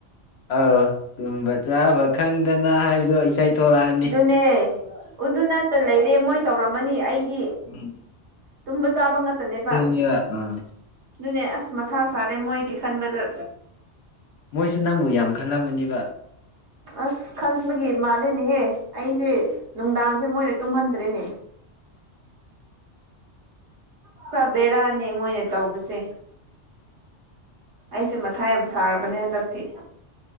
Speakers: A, on the left (about 65°); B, on the right (about 70°).
A: ꯑꯥꯎ ꯇꯨꯝꯕ ꯆꯥꯕ ꯈꯪꯗꯅ ꯍꯥꯏꯕꯗꯣ ꯏꯁꯩ ꯊꯣꯛꯂꯛꯑꯅꯤ
B: ꯅꯦ ꯑꯗꯨꯅꯇ ꯂꯩꯔꯦ ꯃꯣꯏ ꯇꯧꯔꯝꯃꯅꯤ ꯑꯩꯗꯤ
A: ꯎꯝ
B: ꯇꯨꯝꯕ ꯆꯥꯕ ꯉꯥꯛꯇꯅꯦꯕ
A: ꯑ
B: ꯑꯗꯨꯅꯦ ꯑꯁ ꯃꯊꯥ ꯁꯥꯔꯦ ꯃꯣꯏꯒꯤ ꯈꯟꯕꯗ
A: ꯃꯣꯏꯁꯨ ꯅꯪꯕꯨ ꯌꯥꯝ ꯈꯜꯂꯝꯃꯅꯤꯕ
B: ꯑꯁ ꯈꯟꯕꯒꯤ ꯃꯥꯂꯦꯅꯦꯍꯦ ꯑꯩꯁꯦ ꯅꯨꯡꯗꯥꯡꯁꯦ ꯃꯣꯏꯅ ꯇꯨꯝꯍꯟꯗ꯭ꯔꯦꯅꯦ ꯄꯨꯔꯥ ꯕꯦꯔꯥꯅꯦ ꯃꯣꯏꯅ ꯇꯧꯕꯁꯦ꯫ ꯑꯩꯁꯦ ꯃꯊꯥ ꯌꯥꯝ ꯁꯥꯔꯕꯅꯦ ꯍꯟꯗꯛꯇꯤ꯫